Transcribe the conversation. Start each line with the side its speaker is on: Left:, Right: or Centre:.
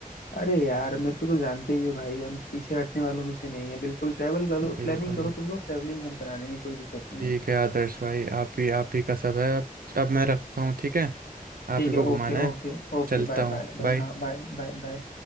Left: अरे यार मेरे को तो जानते ही हो भाई हम पीछे हटने वालों में से नहीं है बिल्कुल ट्रैवल करो
Right: बिल्कुल
Left: प्लानिंग करो तुम लोग ट्रैवलिंग हम करा देंगे कोई दिक्कत
Right: ठीक
Left: नहीं है
Right: है आदर्श भाई आप ही आप ही का सब है अब अब मैं रखता हूँ ठीक है आप
Left: ठीक
Right: ही
Left: है
Right: को घुमाना
Left: okay okay
Right: है
Left: Okay
Right: चलता
Left: bye
Right: हूँ
Left: bye bye
Right: बाय
Left: हाँ बाय बाय बाय